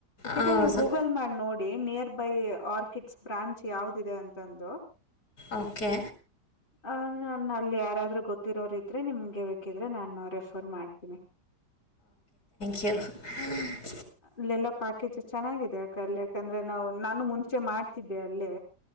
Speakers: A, on the left; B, on the left.
A: ಬೇಕಿದ್ರೆ
B: ಹೌದು
A: ನೀವು ಗೂಗಲ್ ಮಾಡಿ ನೋಡಿ the near by Orchids branch ಯಾವ್ದ ಇದೆ ಅಂತಂದು
B: ಓಕೆ
A: ಹ ನನ್ ಅಲ್ಲಿ ಯಾರಾದ್ರೂ ಗೊತ್ತಿರೋರು ಇದ್ರೆ ನಿಮ್ಗೆ ಬೇಕಿದ್ರೆ ಆದ್ರೆ ನಾನು ರೆಫರ್ ಮಾಡ್ತೀನಿ
B: ಕ <unintelligible>
A: ಹ <inaudible> ಅಲ್ಲೆಲ್ಲಾ ಪ್ಯಾಕೇಜ್ ಚೆನ್ನಾಗಿದೆ ಅಕ್ಕಾ ಅಲ್ಲಿ ಯಾಕಂದ್ರೆ ನಾವು ನಾನು ಮುಂಚೆ ಮಾಡ್ತಿದ್ದೆ ಅಲ್ಲೇ